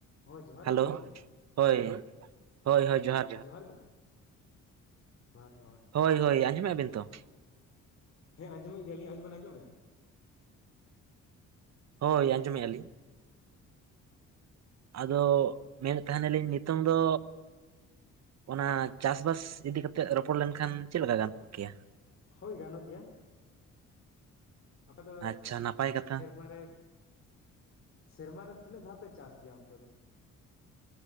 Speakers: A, on the left; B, on the right.
A: ᱦᱳᱭ ᱡᱚᱦᱟᱨ
B: ᱦᱮᱞᱳ
A: ᱜᱮ ᱜᱚᱢᱠᱮ
B: ᱦᱳᱭ ᱦᱳᱭ ᱦᱳᱭ ᱡᱚᱦᱟᱨᱼᱼ
A: ᱡᱚᱦᱟᱨ ᱜᱮ ᱜᱚᱢᱠᱮ ᱡᱚᱦᱟᱨ ᱡᱚᱦᱟᱨᱼᱼ
B: ᱦᱳᱭ ᱦᱳᱭ ᱟᱸᱡᱚᱢᱮᱜ ᱟᱵᱮᱱ ᱛᱚ᱾
A: ᱦᱮᱸ ᱟᱸᱡᱚᱢᱮᱫ ᱜᱮᱭᱟᱞᱤᱧ ᱟᱵᱮᱱ ᱵᱤᱱ ᱟᱸᱡᱚᱢᱮᱜᱼᱟ᱾
B: ᱦᱳᱭ ᱟᱡᱚᱢ ᱮᱜ ᱟᱞᱤᱧ᱾ ᱟᱫᱚ ᱢᱮᱱᱮᱫ ᱛᱟᱦᱮᱱᱟᱞᱤᱧ ᱱᱤᱛᱚᱝ ᱫᱚ᱾ ᱚᱱᱟ ᱪᱟᱥᱵᱟᱥ ᱤᱫᱤᱠᱟ ᱠᱟᱛᱮᱜ ᱨᱚᱯᱚᱲ ᱞᱮᱱᱠᱷᱟᱱ ᱪᱮᱫ ᱞᱮᱠᱟ ᱜᱟᱱ ᱠᱚᱜ ᱠᱮᱭᱟ᱾
A: ᱦᱳᱭ ᱜᱟᱱᱚᱜ ᱜᱮᱭᱟ᱾ ᱟᱯᱮ ᱫᱚ
B: ᱟᱪᱪᱷᱟ ᱱᱟᱯᱟᱭ ᱠᱟᱛᱷᱟ
A: ᱥᱮᱨᱢᱟᱨ ᱨᱮᱼᱼ ᱥᱮᱨᱢᱟ ᱨᱮ ᱛᱤᱱᱟᱹᱜ ᱫᱷᱟᱣ ᱯᱮ ᱪᱟᱥ ᱜᱮᱭᱟ ᱚᱱᱛᱮ ᱫᱚ ᱾